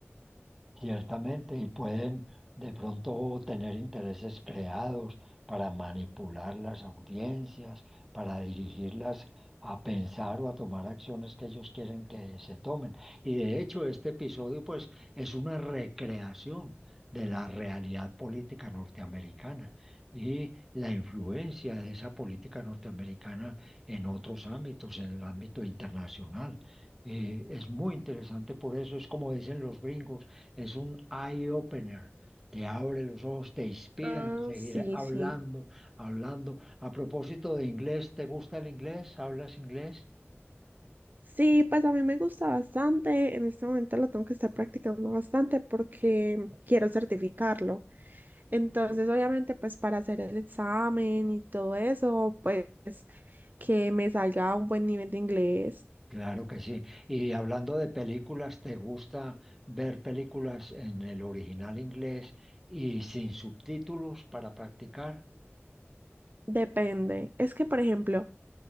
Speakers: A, in the centre; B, on the right (about 40°).
A: Ciertamente, y pueden de pronto tener intereses creados para manipular las audiencias, para dirigirlas a pensar o a tomar acciones que ellos quieren que se tomen. Y de hecho, este episodio, pues, es una recreación de la realidad política norteamericana y la influencia de esa política norteamericana en otros ámbitos, en el ámbito internacional. Eh, es muy interesante por eso, es como dicen los gringos es un eye opener. Te abre los ojos, te inspira
B: Ah,
A: a seguir
B: sí,
A: hablando,
B: sí.
A: hablando. A propósito de inglés, ¿te gusta el inglés? ¿Hablas inglés?
B: Sí, pues a mí me gusta bastante. En este momento lo tengo que estar practicando bastante porque quiero certificarlo. Entonces, obviamente, pues para hacer el examen y todo eso, pues que me salga a un buen nivel de inglés.
A: Claro que sí. Y hablando de películas, ¿te gusta ver películas en el original inglés y sin subtítulos para practicar?
B: Depende. Es que, por ejemplo,